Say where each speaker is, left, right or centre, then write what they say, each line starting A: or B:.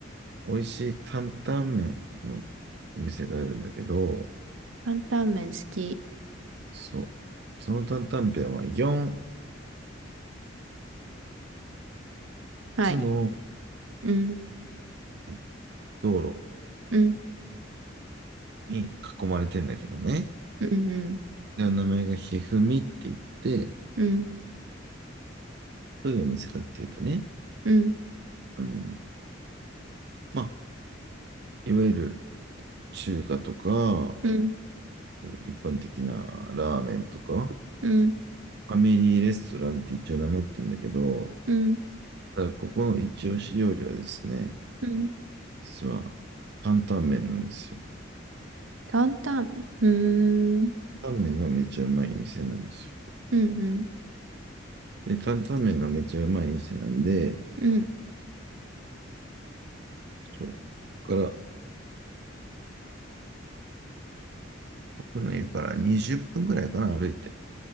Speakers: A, on the right (about 55°); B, on the right (about 85°).
A: 美味しい担々麺のお店があるんだけど、
B: 担々麺好き。
A: そう。その担々麺は4
B: はい。
A: つの
B: うん、
A: え道路
B: うん、
A: に囲まれてんだけどね。
B: うん、うん、
A: で、名前がひふみって言って、
B: うん、
A: どういうお店かっていうとね、
B: うん、
A: うん、まあ、いわゆる中華とか、
B: うん、
A: 一般的なラーメンとか、フ
B: うん、
A: ァミリーレストランって一応名乗ってんだけど、
B: うん、
A: ただここの一押し料理はですね、
B: うん。
A: 実は担々麺なんですよ。
B: 担々麺。うーん、
A: 担々麺がめちゃうまい店なんです
B: うん、うん、
A: よ。で、担々麺がめちゃうまい店なんで、
B: うん。
A: そう、ここから、僕の家から20分ぐらいかな、歩いて。